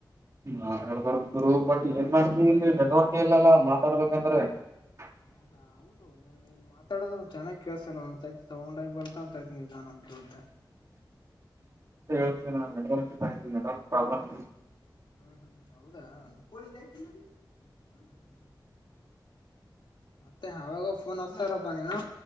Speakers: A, on the right; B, on the left.
A: ಮಾತಾಡ್ಬಾರ್ದ ಗುರು ಬಟ್ ಏನ್ ಮಾಡ್ತಿ ಇಲ್ಲಿ ನೆಟ್ವರ್ಕ್ ಇಲ್ಲಲಾ ಮಾತಾಡ್ಬೇಕಂದ್ರ <unintelligible>
B: ಹೌ ಹೌದು ನೀನ್ ನೀನ್ ಮಾತಾಡೋದು ಚೆನ್ನಾಗಿ ಕೇಳ್ಸಲ್ಲ ಒಂದ್ ಸತಿ ಸೌಂಡ್ ಆಗಿ ಬರ್ತದ ನಿಧಾನಾಗಿ ಕೇಳ್ತ
A: <inaudible> ಇದ ಹೇಳ್ತನ ಅವಂಗ ನೆಟ್ವರ್ಕ್ ಪಾ ಇದು ನೆಟ್ವರ್ಕ್ ಪ್ರಾಬ್ಲಮ್ ಇದೆ
B: ಹ್ಮ್ ಹ್ಮ್ ಹೌದಾ <unintelligible> ಹ್ಮ ಮತ್ತೆ ಅವಾಗವಾಗ ಫೋನ್ ಹಸ್ತಾರಪ್ಪಾ ನೀನು